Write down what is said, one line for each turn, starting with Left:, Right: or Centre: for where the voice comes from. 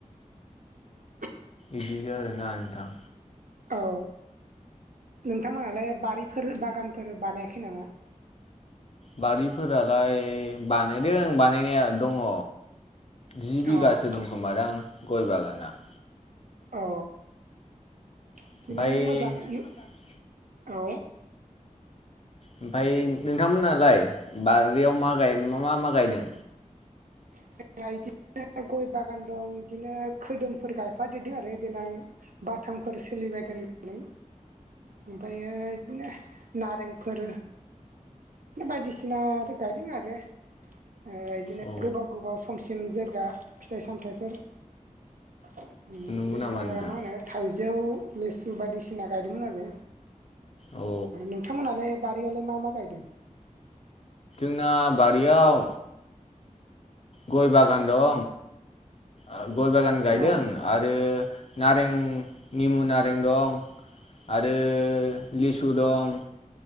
Right: <inaudible>
Left: इदिसो आरोना नोथां
Right: औ नोंथांमोनहालाय बारिफोर बागानफोर बानायाखै नामा
Left: बारिफोरालाय बानायदों बानायनाया दङ जि बिगासो
Right: अ
Left: दंखोमा दां गय बागाना
Right: अ
Left: ओमफ्राय
Right: बिदिनो मोजां उन औ
Left: ओमफाय नोंथांमोनहालाय बारियाव मा गाय मा मा गायदों?
Right: <unintelligible> गय बागान दं इदिनो खोदोमफोर गायफादेरदों आरो देनां बाथामफोर सोलिबायगोन नै ओमफायो इदिनो नारेंफोर बायदिसिना गायदों आरो ओ इदिनो
Left: औ
Right: गोबाव गोबाव समसिम जोरगा फिथाइ सामथायाइफोर ओम
Left: नंगौ
Right: इदिनो
Left: नामा नोंथां
Right: मा होनो थाइजौ लिसु बायदिसिना गायदोंमोन आरो
Left: अ
Right: नोंथांमोनहालाय बारियावलाय मा मा गायदों?
Left: जोंना बारियाव गय ओम बागान दं आ गय बागान गायदों
Right: औ
Left: आरो नारें निमु नारें दं आरो लिसु दं